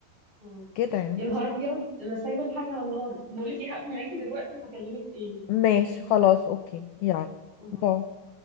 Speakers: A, on the right; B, on the left.
A: مم.
B: كده يعني
A: يا نهار ابيض انا سايبه الحاجه على النار بقول لك ايه هقفل معاكي دلوقتي وهكلمك تاني
B: ماشي خلاص أوكي يلا
A: باي
B: باي